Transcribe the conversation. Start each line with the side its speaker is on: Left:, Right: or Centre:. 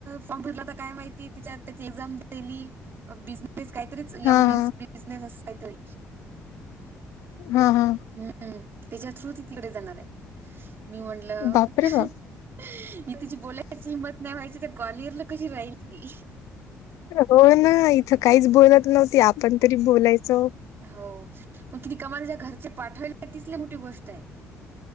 Right: फॉर्म फिरला होता काय माहिती तिचा त्याची एक्झाम दिली बी... काहीतरीच यम
Left: हा
Right: एस
Left: हा
Right: बिझनेस असच कायतरी...
Left: हा हा....
Right: हम्म तिच्या थ्रु ती तिकडे जाणार आहे मी म्हटलं
Left: बापरे
Right: अह..
Left: बाप
Right: ही तिची बोलायची हिंमत नाही व्हायची त्या ग्वालियरला कशी राहिल ती..
Left: हो ना इथं काहीच बोलत नव्हती आपण तरी बोलायचो
Right: हो पण किती कमालाच्या्या घरचे पाठवले तिथली मोठी गोष्ट आहे